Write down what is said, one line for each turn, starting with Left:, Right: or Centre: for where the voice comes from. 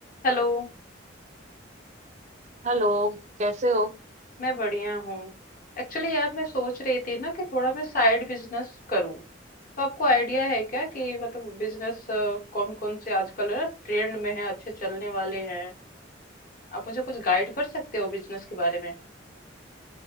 Left: Hello
Right: Hello कैसे हो
Left: मैं बढ़िया हूँ एक्चुअली यार मैं सोच रही थी ना कि थोड़ा मैं साइड बिजनेस करूँ तो आपको आइडिया है क्या कि मतलब बिजनेस कौन कौन से आजकल ना ट्रेंड में है अच्छे चलने वाले हैं आप मुझे कुछ गाइड कर सकते हो बिजनेस के बारे में